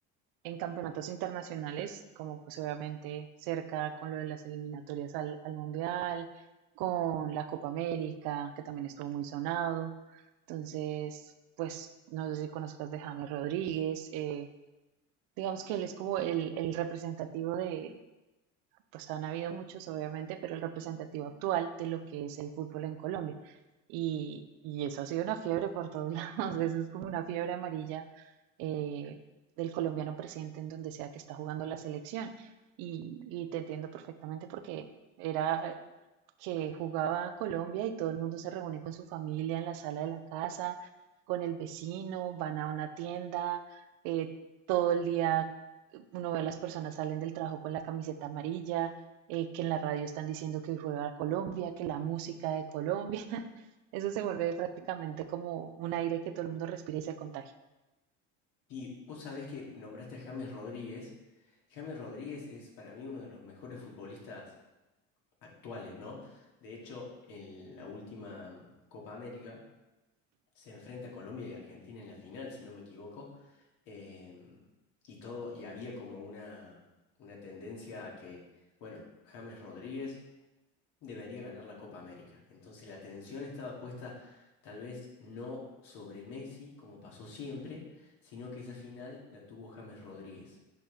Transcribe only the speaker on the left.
Y vos sabés que nombraste a James Rodríguez. James Rodríguez es para mí uno de los mejores futbolistas actuales, ¿no? De hecho, en la última Copa América se enfrenta a Colombia y Argentina en la final, si no me equivoco. em, y todo, y había como una, una tendencia a que, bueno, James Rodríguez debería ganar la Copa América. Entonces la atención estaba puesta tal vez no sobre Messi, como pasó siempre, sino que esa final la tuvo James Rodríguez.